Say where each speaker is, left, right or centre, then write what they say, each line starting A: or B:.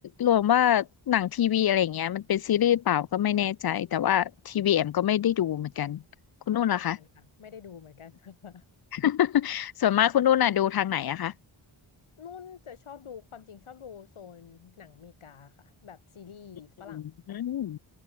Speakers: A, on the left; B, on the left.
A: รวมว่าหนังทีวีอะไรอย่างเงี้ยมันเป็นซีรีส์เปล่าก็ไม่แน่ใจแต่ว่าทีวีแอมก็ไม่ได้ดูเหมือนกันคุณนุ่นล่ะคะ
B: <laughs> อ๋อเหมือนกันค่ะไม่ได้ดูเหมือนกันค่ะ
A: <laughs> ส่วนมากคุณนุ่นน่ะดูทางไหนอะคะ
B: นุ่นจะชอบดูความจริงชอบดูโซนหนังอเมริกาค่ะแบบซีรีส์ฝรั่ง
A: อืม